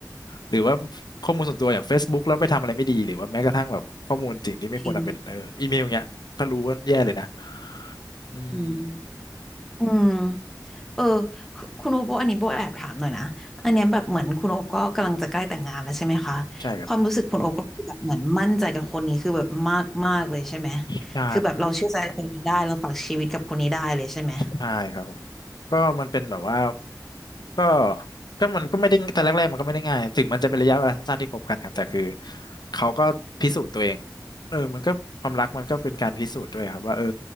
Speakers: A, on the left; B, in the centre.
A: หรือว่าข้อมูลส่วนตัวอย่าง Facebook แล้วไปทำอะไรไม่ดีหรือว่าแม้กระทั่งแบบข้อมูลสิ่งที่ไม่ควรเอาเป็นเอออีเมลเงี้ยถ้ารู้ว่าแย่เลยนะ
B: จริง
A: อืม
B: อืมอืม เออคุคุณโอโบอันนี้โบแอบถามหน่อยนะอันเนี้ยแบบเหมือนคุณโอก็กำลังจะใกล้แต่งงานแล้วใช่ไหมคะ
A: ใช่ครับ
B: ความรู้สึกคุณโอก็คือแบบเหมือนมั่นใจกับคนนี้คือแบบมากมากเลยใช่ไหม
A: ใช่
B: คือแบบเราเชื่อใจคนนี้ได้เราฝากชีวิตกับคนนี้ได้เลยใช่ไหม
A: ใช่ครับผมก็มันเป็นแบบว่าก็ก็มันก็ไม่ได้แต่แรกๆมันก็ไม่ได้ง่ายถึงมันจะเป็นระยะเวลาสั้นๆที่คบกันครับแต่คือเขาก็พิสูจน์ตัวเองเออมันก็ความรักมันก็เป็นการพิสูจน์ด้วยครับว่าเออ